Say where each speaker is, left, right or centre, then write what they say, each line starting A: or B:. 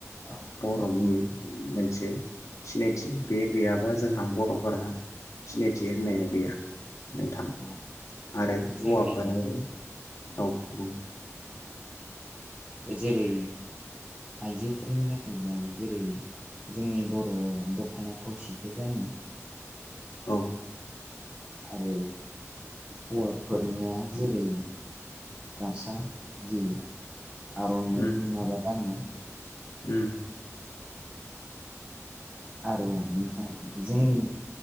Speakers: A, on the right; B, on the left.
A: औ
B: बर'नि। मोनसे सिनायथि बे गैयाबा जोंहा बर'फोरा। सिनायथि होननाया
A: औ
B: गैया नोंथां।
A: औ
B: आरो
A: जेरै
B: हौवाफोराबो औ बुं
A: जेरै आइजोफोरनि नाखाय दं जेरै जोंनि बरयाव दखाना थावसिखौ गानो
B: औ
A: आरो हौवाफोरनिया जेरै दाबसा जि आरनाय
B: उम
A: माबागानो
B: उम।
A: आरो नोंथां जोंनि